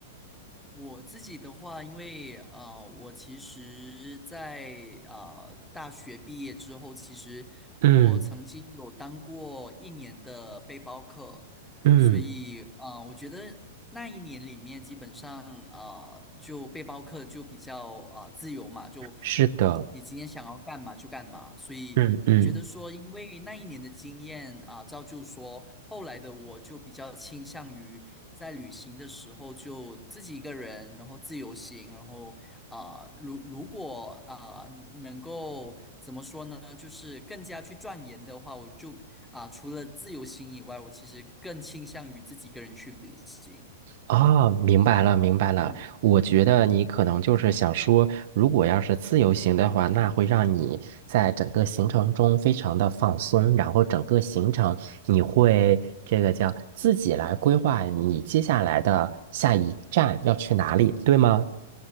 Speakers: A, in the centre; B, on the right (about 45°).
A: 我自己的话，因为啊，我其实在，啊大学毕业之后，其实我曾经有当过一年的背包客，
B: 嗯嗯，
A: 所以啊，我觉得那一年里面，基本上啊，就背包客就比较啊、呃自由嘛，就
B: 是的，
A: 你今天想要干嘛就干嘛。所以我觉得说，
B: 嗯嗯。
A: 因为那一年的经验啊、造就说后来的我就比较倾向于。在旅行的时候就自己一个人，然后自由行，然后啊，如如果啊、能够怎么说呢，就是更加去钻研的话，我就啊、除了自由行以外，我其实更倾向于自己一个人去旅行。
B: 哦，明白了，明白了。
A: 嗯嗯。
B: 我觉得你可能就是想说，如果要是自由行的话，那会让你在整个行程中非常的放松，然后整个行程你会这个叫自己来规划你接下来的下一站要去哪里，对吗？